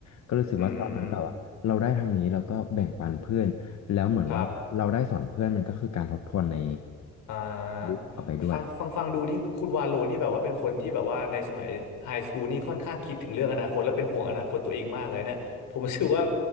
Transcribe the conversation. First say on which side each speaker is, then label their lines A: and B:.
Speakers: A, on the left; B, on the left.
A: ก็รู้สึกว่าตอนนั้นแบบว่าเราได้ทางนี้แล้วก็แบ่งปันเพื่อน
B: อืมอืมอืม
A: แล้วเหมือนว่าเราได้สอนเพื่อนมันก็คือการทบทวนใน
B: ครับ อ่าฟังฟังฟังดูที่คุณวาโลนี่แบบว่าเป็นคนที่แบบว่าในสมัยไฮสคูลนี่ค่อนข้างคิดถึงเรื่องอนาคตและเป็นห่วงอนาคตตัวเองมากเลยเนี่ย
A: รูปต่อไปด้วยอะ
B: <laughs> ผมรู้สึกว่า